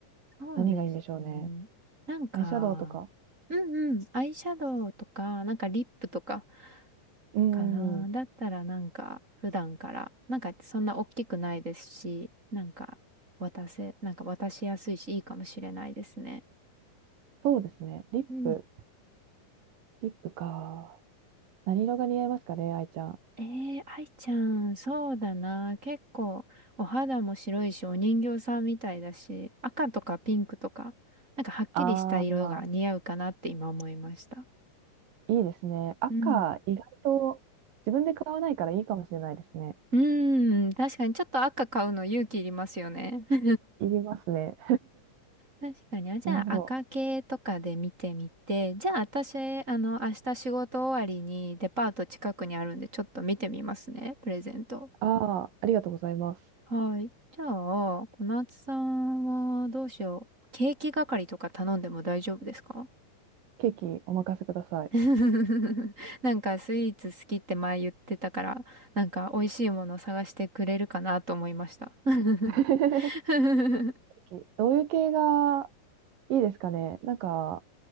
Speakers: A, on the right; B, on the right.
A: そうですね。
B: 何がいいんでしょうね。
A: なんか、
B: アイシャドウとか。
A: うんうん。アイシャドウとか、なんかリップとか
B: うーん、
A: かな。だったらなんか普段から、なんかそんな大きくないですし、なんか渡せ、なんか渡しやすいしいいかもしれないですね。
B: そうですね。リップ。
A: うん
B: リップか。何色が似合いますかね、愛ちゃん。
A: ええー愛ちゃん、そうだな。結構、お肌も白いし、お人形さんみたいだし、赤とかピンクとか、なんかはっきりした色が似合うかなって今思いました。
B: ああ、いいですね。赤、
A: うん。
B: 意外と自分で買わないからいいかもしれないですね。
A: うーん、確かにちょっと赤買うの勇気いりますよね。<laughs>
B: いりますね。
A: 確かに。あ、じゃあ赤系とかで見てみて、
B: なるほど。
A: じゃあ私、あの、明日仕事終わりにデパート近くにあるんで、ちょっと見てみますね、プレゼント。
B: ああ、ありがとうございます。
A: はい。じゃあ、小夏さんはどうしよう。ケーキ係とか頼んでも大丈夫ですか
B: ケーキお任せください。
A: <laughs> なんかスイーツ好きって前言ってたから、なんか美味しいものを探してくれるかなと思いました。<laughs> う
B: <laughs>
A: ん
B: ケーキどういう系がいいですかねなんか、